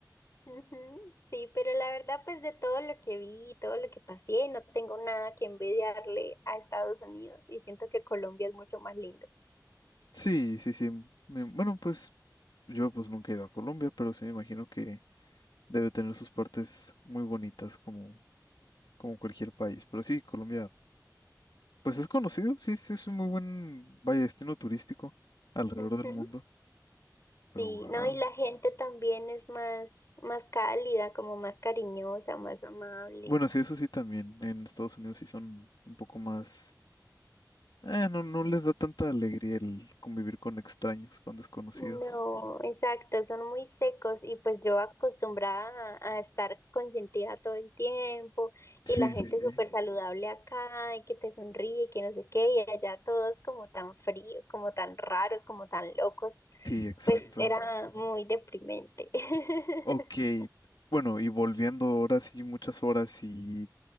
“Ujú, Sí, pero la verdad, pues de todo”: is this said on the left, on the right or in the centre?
Left